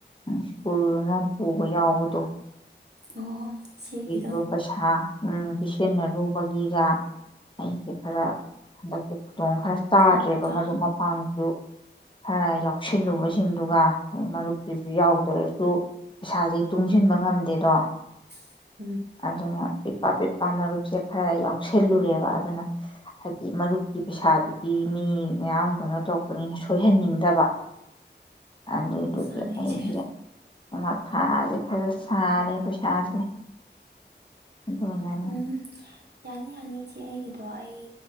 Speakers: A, on the left; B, on the right.
A: ꯁ꯭ꯀꯨꯜꯅ ꯄꯨꯕ ꯌꯥꯎꯕꯗꯣ
B: ꯑꯣ ꯁꯤꯒꯤꯗꫭ
A: ꯗꫭ ꯄꯩꯁꯥ ꯎꯝ ꯄꯤꯁꯤꯟꯅꯔꯨꯕꯒꯤꯒ ꯑꯩꯁꯦ ꯈꯔ ꯍꯟꯗꯛ ꯇꯣꯡ ꯈꯔ ꯆꯥꯗ꯭ꯔꯦꯕ
B: ꯐꯔꯛ ꯇꯥ
A: ꯃꯔꯨꯞ ꯃꯄꯥꯡꯁꯨ ꯈꯔ ꯌꯥꯎꯁꯤꯜꯂꯨꯕꯁꯤꯡꯗꯨꯒ ꯃꯔꯨꯞꯁꯤꯁꯨ ꯌꯥꯎꯗ꯭ꯔꯁꯨ ꯄꯩꯁꯥꯁꯦ ꯇꯨꯡꯁꯤꯟꯕ ꯉꯝꯗꯦꯗꯣ꯫
B: <unintelligible>
A: ꯑꯗꯨꯅ ꯄꯤꯛꯄ ꯄꯤꯛꯄ ꯃꯔꯨꯞꯁꯦ ꯈꯔ ꯌꯥꯎꯁꯜꯂꯨꯔꯦꯕ ꯑꯗꯨꯅ ꯍꯥꯏꯗꯤ ꯃꯔꯨꯞꯀꯤ ꯄꯩꯁꯥꯗꯨꯗꯤ ꯃꯤ ꯃꯌꯥꯝ ꯀꯩꯅꯣ ꯇꯧꯔꯛꯄꯅꯤꯅ ꯁꯣꯏꯍꯟꯅꯤꯡꯗꯕ꯫ ꯑꯗꯨꯗꯨꯒꯤ
B: ꯃꯥꯅꯦ
A: ꯑꯩꯁꯦ
B: ꯏꯆꯦ
A: ꯃ ꯁꯥꯔꯦ ꯈꯔ ꯁꯥꯔꯦ ꯄꯩꯁꯥꯁꯦ ꯑꯗꯨꯅꯅꯦ
B: ꯎꯝ ꯌꯥꯅꯤ-ꯌꯥꯅꯤ ꯏꯆꯦ ꯏ ꯑꯩꯒꯤꯗꯣ ꯑꯩ